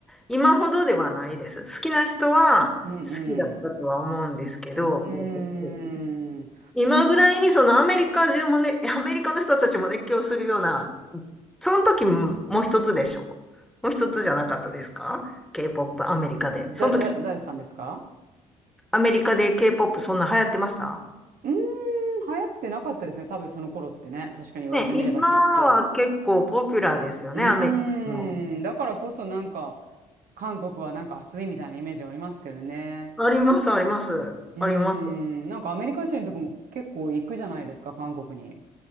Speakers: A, in the centre; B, on the right (about 50°).
A: 今ほどではないです。好きな人は好きだったとは思うんですけど、
B: うんうん。うーん。
A: k ポップ
B: ん
A: 今ぐらいにそのアメリカ中もね、<laughs> アメリカの人たちも熱狂するような、その時ももう一つでしょう。もう一つじゃなかったですか ?K-POP アメリカで。
B: だ、
A: その時、
B: だ、誰さんですか
A: アメリカで K-POP そんな流行ってました
B: うーん、流行ってなかったですね。多分その頃ってね。確かに言われてみればきっと。
A: ね、今は結構ポピュラーですよね、
B: うーん。
A: アメリカも。
B: だからこそなんか、韓国はなんか暑いみたいなイメージありますけどね。
A: あります、あります。
B: うーん。
A: あります。
B: なんかアメリカ人とかも結構行くじゃないですか、韓国に。